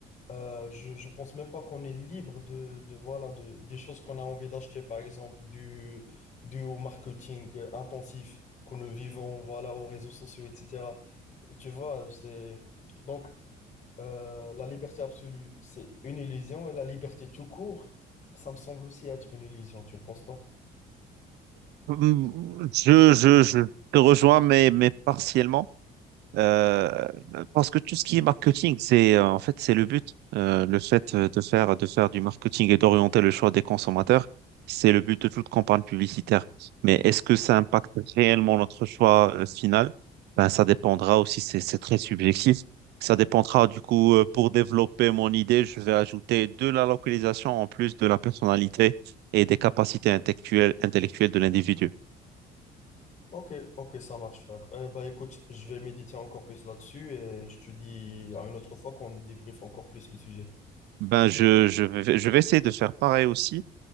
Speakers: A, on the left (about 45°); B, on the right (about 75°).
A: Euh, je, je pense même pas qu'on est libre de, de, voilà de, des choses qu'on a envie d'acheter, par exemple du, dû au marketing euh, intensif que nous vivons, voilà, aux réseaux sociaux, etc. Tu vois, c'est... Donc, euh, la liberté absolue, c'est une illusion, et la liberté tout court, ça me semble aussi être une illusion, tu ne penses pas?
B: Je, je, je te rejoins, mais, mais partiellement. Euh, parce que tout ce qui est marketing, c'est euh, en fait c'est le but, Euh, le fait euh, de faire de faire du marketing et d'orienter le choix des consommateurs, c'est le but de toute campagne publicitaire. Mais est-ce que ça impacte réellement notre choix euh, final? Ben ça dépendra aussi, c'est c'est très subjectif. Ça dépendra du coup euh, pour développer mon idée, je vais ajouter de la localisation en plus de la personnalité et des capacités intellectuelles intellectuelles de l'individu.
A: Ok, ok, ça marche, frère. Eh bah, écoute, je vais méditer encore plus là-dessus et je te dis à une autre fois qu'on débriefe encore plus le sujet.
B: Ben je je vais je vais essayer de faire pareil aussi